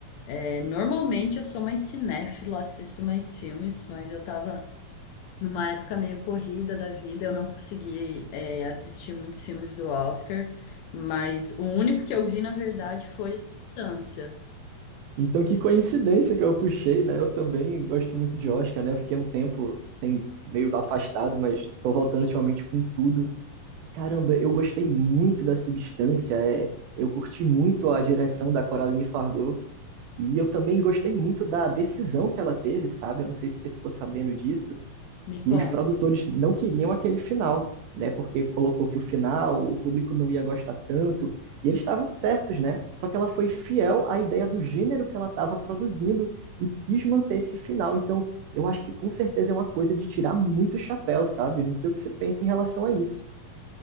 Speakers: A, on the left; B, on the right.
A: É, normalmente eu sou mais cinéfila, assisto mais filmes, mas eu tava numa época meio corrida da vida, eu não consegui, é, assistir muitos filmes do Oscar, mas o único que eu vi, na verdade, foi distância.
B: Então, que coincidência que eu puxei, né? Eu também gosto muito de Oscar, né? Eu fiquei um tempo sem, meio afastado, mas tô voltando ultimamente com tudo. Caramba, eu gostei muito da substância, é, eu curti muito a direção da Coraline Fargo. E eu também gostei muito da decisão que ela teve, sabe? Eu não sei se você ficou sabendo disso,
A: Me
B: que
A: conta.
B: os produtores não queriam aquele final, né? Porque colocou que o final, o público não ia gostar tanto, e eles estavam certos, né? Só que ela foi fiel à ideia do gênero que ela estava produzindo e quis manter esse final. Então, eu acho que com certeza é uma coisa de tirar muito chapéu, sabe? Não sei o que você pensa em relação a isso.